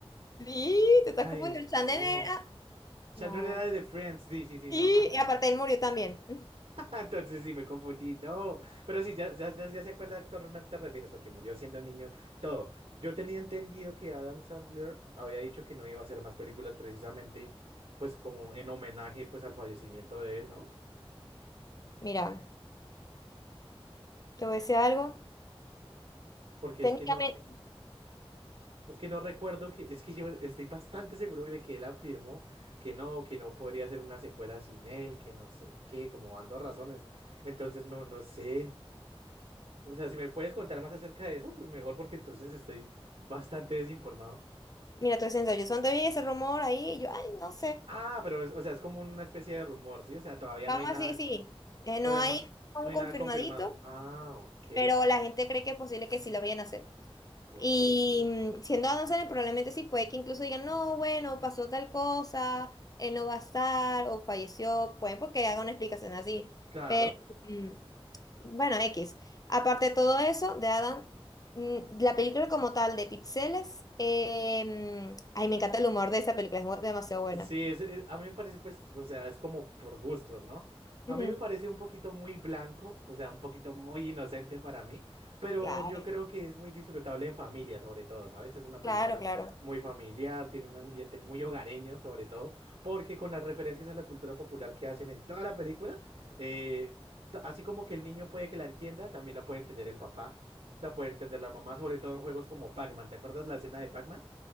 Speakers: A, on the left (about 35°); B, on the right (about 75°).
A: Sí, te estás
B: Ay,
A: El confundiendo.
B: no.
A: El Chandler era-
B: Chandler
A: No.
B: era de The Friends. Sí, sí, sí,
A: Sí.
B: no. <laughs> Ay,
A: Y aparte él murió también. <laughs>
B: entonces sí me confundí. No. Pero sí, ya, ya, ya, ya sé a cuál actor me te refieres, al que murió siendo niño. Todo. Yo tenía entendido que Adam Sandler había dicho que no iba a hacer más películas precisamente, pues como en homenaje pues al fallecimiento de él, ¿no?
A: Mira, te voy a decir algo.
B: Porque es
A: Técnicamente,
B: que no, es que no recuerdo que, es que yo estoy bastante seguro de que él afirmó que no, que no podría ser una secuela sin él, que no sé qué, como dando razones. Entonces no, no sé. O sea, si me puedes contar más acerca de eso, pues mejor porque entonces estoy bastante desinformado.
A: mira, te yo yo solo vi ese rumor ahí, y yo, ay, no sé.
B: Ah, pero es, o sea, es como una especie de rumor, ¿sí? O sea, todavía
A: Vamos
B: no hay nada,
A: así, sí. Eh, no
B: todavía
A: hay
B: no,
A: un
B: no hay
A: confirmadito,
B: nada confirmado. Ah, ok,
A: pero la gente cree que es posible que sí lo vayan a hacer.
B: ok.
A: Y mm, siendo Adam Sandler, probablemente sí, puede que incluso digan, no, bueno, pasó tal cosa, él no va a estar, o falleció, pueden porque haga una explicación así.
B: Claro.
A: Pero, mm, bueno, X. Aparte de todo eso, de Adam, mm, la película como tal de Pixeles, eh, mm, ay, me encanta el humor de esa película, es mu- demasiado buena.
B: Sí, es- es- a mí me parece, pues, o sea, es como por gustos, ¿no? A
A: Ujú,
B: mí me parece un poquito muy blanco, o sea, un poquito muy inocente para mí, pero
A: Claro,
B: yo creo que es muy disfrutable en familia, sobre todo, ¿sabes? Es una película
A: claro, claro.
B: muy familiar, tiene un ambiente muy hogareño, sobre todo, porque con las referencias a la cultura popular que hacen en toda la película, eh, t- así como que el niño puede que la entienda, también la puede entender el papá, la puede entender la mamá, sobre todo en juegos como Pac-Man. ¿Te acuerdas la escena de Pac-Man?